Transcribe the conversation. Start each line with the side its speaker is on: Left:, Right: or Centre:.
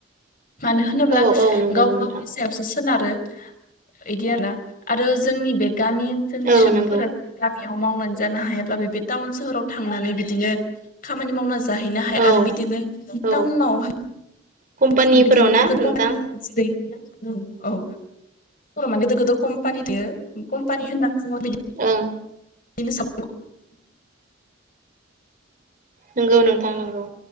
Left: मानो होनोब्ला
Right: औ औ नंगौ
Left: गाव
Right: नोंथां
Left: गावनि सायावसो सोनारो इदि आरो ना आरो जोंनि बे गामि ओनसोलनि
Right: औ
Left: सुबुंफोरा
Right: नंगौ
Left: गामियाव मावनानै जानो हायाब्लाबो बे टाउन सोहोराव थांनानै बिदिनो खामानि मावनानै जाहैनो हायो
Right: औ
Left: आरो बिदिनो
Right: औ
Left: टाउनावहाय
Right: कम्पानिफोराव
Left: बिदिनो
Right: ना
Left: ज
Right: नोंथां
Left: औ बर' माने गोदोर गोदोर कम्पानि दो कम्पानि होनना बुङो बिदि
Right: ओं
Left: बिदिनो स
Right: नंगौ नोंथां नंगौ